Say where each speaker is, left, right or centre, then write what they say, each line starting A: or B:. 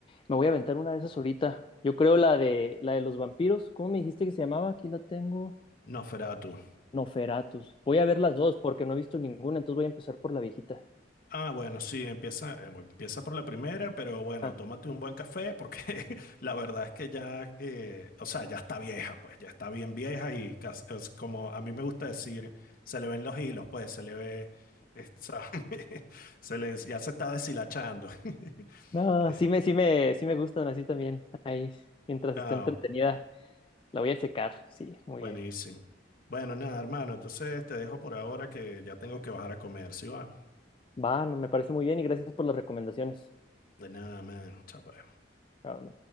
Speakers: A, on the left; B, on the left.
A: Me voy a aventar una de esas ahorita. Yo creo la de la de los vampiros. ¿Cómo me dijiste que se llamaba? Aquí la tengo.
B: no Nosferatu,
A: Noferatus. Voy a ver las dos porque no he visto ninguna, entonces voy a empezar por la viejita.
B: Ah, bueno, sí, empieza, eh, empieza por la primera, pero bueno,
A: Ah,
B: tómate un buen café porque <laughs> la verdad es que ya, eh, o sea, ya está vieja, pues, ya está bien vieja y cas- es como a mí me gusta decir, se le ven los hilos, pues, se le ve, es- o sea, <laughs> se les, ya se está deshilachando. <laughs>
A: No,
B: Es-
A: sí me, sí me, sí me gustan así también. Ahí, mientras
B: Ah,
A: esté entretenida, la voy a checar. Sí, muy
B: buenísimo.
A: bien.
B: Bueno, nada, hermano, entonces te dejo por ahora que ya tengo que bajar a comer, ¿sí va?
A: Va, no, me parece muy bien y gracias por las recomendaciones.
B: De nada, man, chao. pues.
A: Ah,